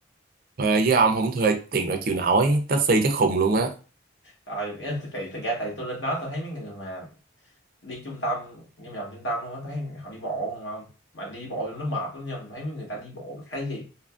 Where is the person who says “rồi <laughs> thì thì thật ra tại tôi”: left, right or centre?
Left